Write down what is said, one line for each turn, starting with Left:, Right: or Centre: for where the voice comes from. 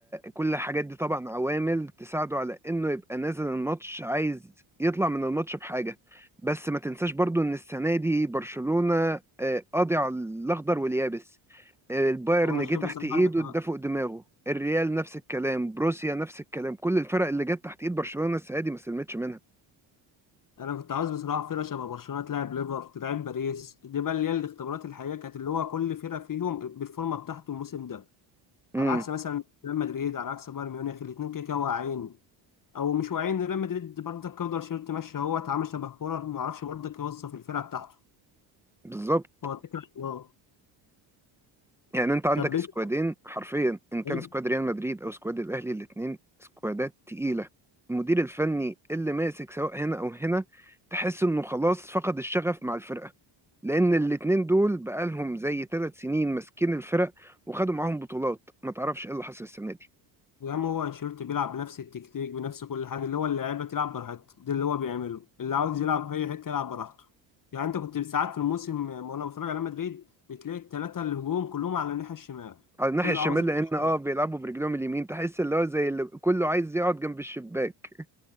Centre: كل الحاجات دي طبعا عوامل تساعده على انه يبقى نازل الماتش عايز يطلع من الماتش بحاجه بس ما تنساش برضو ان السنه دي برشلونه آه، قاضي على الاخضر واليابس البايرن
Left: هو انا شايف
Centre: جه تحت
Left: بصراحه
Centre: ايده
Left: عندك حق
Centre: اداه فوق دماغه الريال نفس الكلام بروسيا نفس الكلام كل الفرق اللي جت تحت ايد برشلونة السنة دي ما سلمتش منها
Left: انا كنت عاوز بصراحه فرقه شبه برشلونه تلعب ليفر تلعب باريس دي بقى اللي هي الاختبارات الحقيقيه كانت اللي هو كل فرقه فيهم بالفورمه بتاعته الموسم ده
Centre: امم
Left: على عكس مثلا ريال مدريد على عكس بايرن ميونخ الاثنين كده كده واقعين او مش واقعين ريال مدريد برضه كولر شيرت ماشي هو اتعامل شبه كولر ما اعرفش برضه يوظف الفرقه بتاعته
Centre: بالظبط
Left: هو الفكره في الله
Centre: يعني انت عندك
Left: طب انت
Centre: سكوادين حرفيا ان كان
Left: طيب.
Centre: سكواد ريال مدريد او سكواد الاهلي الاثنين سكوادات تقيلة المدير الفني اللي ماسك سواء هنا او هنا تحس انه خلاص فقد الشغف مع الفرقة لان الاتنين دول بقالهم زي ثلاث سنين ماسكين الفرق وخدوا معاهم بطولات ما تعرفش ايه اللي حصل السنة دي
Left: يا عم هو انشيلوتي بيلعب بنفس التكتيك بنفس كل حاجه اللي هو اللعيبه تلعب براحتها ده اللي هو بيعمله اللي عاوز يلعب في اي حته يلعب براحته يعني انت كنت ساعات في الموسم آه، وانا بتفرج على مدريد بتلاقي الثلاثه الهجوم كلهم على الناحيه الشمال
Centre: على الناحية
Left: كله
Centre: الشمال
Left: عاوز يلعب
Centre: لأن اه
Left: شمال
Centre: بيلعبوا برجلهم اليمين تحس اللي هو زي اللي كله عايز يقعد جنب الشباك